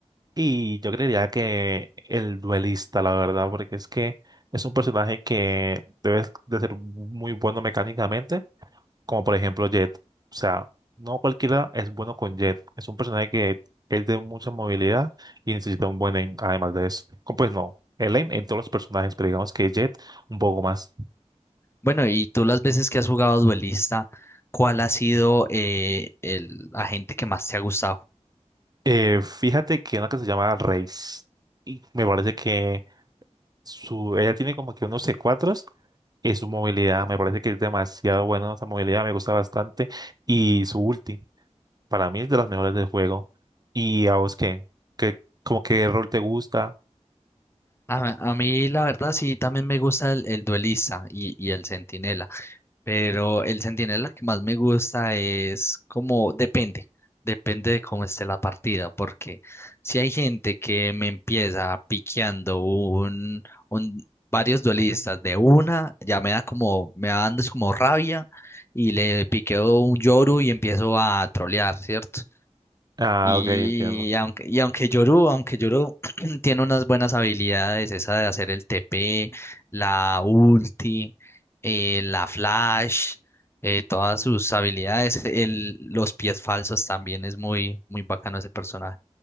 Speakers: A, on the right; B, on the left.
A: Y yo creería que el duelista, la verdad, porque es que es un personaje que debe de ser muy bueno mecánicamente, como por ejemplo Jet. O sea, no cualquiera es bueno con Jet. Es un personaje que es de mucha movilidad y necesita un buen aim, además de eso. Como, Pues no, el aim en todos los personajes, pero digamos que Jet un poco más.
B: Bueno, y tú las veces que has jugado duelista, ¿cuál ha sido eh, el agente que más te ha gustado?
A: Eh, fíjate que una que se llama Raze. Y me parece que su, ella tiene como que unos c 4 y su movilidad me parece que es demasiado buena, esa movilidad me gusta bastante y su ulti para mí es de las mejores del juego. ¿Y a vos qué? ¿Qué como qué rol te gusta?
B: A, a mí la verdad sí también me gusta el, el duelista y, y el centinela, pero el centinela que más me gusta es como depende, depende de cómo esté la partida, porque si hay gente que me empieza piqueando un, un varios duelistas de una, ya me da como, me va dando es como rabia y le piqueo un Yoru y empiezo a trolear, ¿cierto?
A: Ah,
B: Y
A: ok, entiendo.
B: aunque, y aunque Yoru, aunque Yoru <clears throat> tiene unas buenas habilidades, esa de hacer el TP, la ulti, eh, la flash, eh, todas sus habilidades, el, los pies falsos también es muy, muy bacano ese personaje.